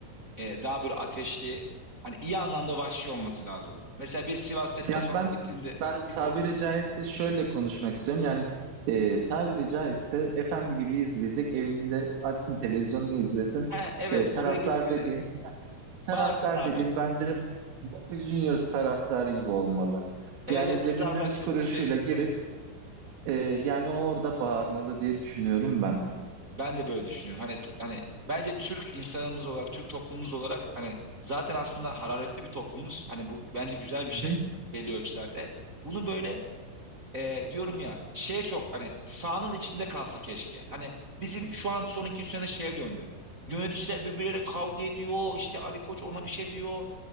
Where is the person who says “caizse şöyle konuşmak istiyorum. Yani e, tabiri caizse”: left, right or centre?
Right